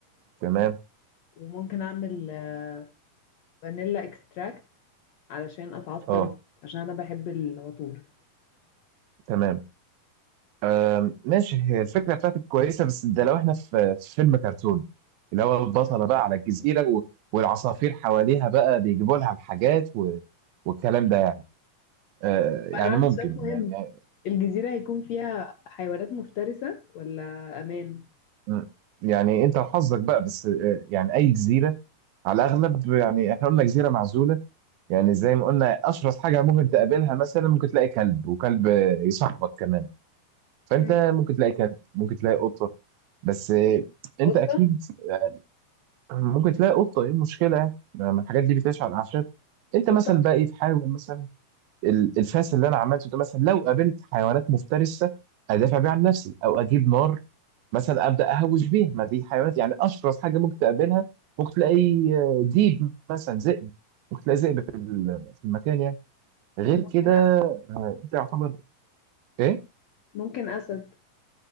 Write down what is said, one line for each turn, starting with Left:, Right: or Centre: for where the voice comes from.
Right: تمام
Left: وممكن اعمل آه، فانيلا اكستراكت علشان اتعطر
Right: اه
Left: بيه، عشان انا بحب العطور
Right: تمام آم، ماشي هي الفكرة بتاعتك كويسة بس ده لو احنا في في فيلم كرتون اللي هو البطلة بقى على الجزيرة و- والعصافير حواليها بقى بيجيبوا لها الحاجات و... والكلام ده يعني آه، يعني
Left: فانا عندي
Right: ممكن
Left: سؤال مهم
Right: يعني
Left: الجزيرة هيكون فيها حيوانات مفترسة ولا امان
Right: مم. يعني انت وحظك بقى بس آه، يعني اي جزيرة على الاغلب يعني احنا قلنا جزيرة معزولة يعني زي ما قلنا اشرس حاجه ممكن تقابلها مثلا ممكن تلاقي كلب وكلب يصاحبك كمان فانت
Left: مم.
Right: ممكن تلاقي كلب ممكن تلاقي قطه بس آه، انت
Left: قطة
Right: اكيد آه، ممكن تلاقي قطه ايه المشكله يعني ما الحاجات دي بتعيش على الاعشاب انت
Left: قطة
Right: مثلا بقى ايه تحاول مثلا ال- الفاس اللي انا عملته ده مثلا لو قابلت حيوانات مفترسه ادافع بيها عن نفسي او اجيب نار مثلا ابدا اهوش بيها ما دي حيوانات يعني اشرس حاجه ممكن تقابلها ممكن تلاقي آه، ديب مثلا ذئب ممكن تلاقي ذئب في ال- في المكان يعني غير
Left: وممكن
Right: كده
Left: اسد
Right: آه، انت يعتبر ايه
Left: ممكن اسد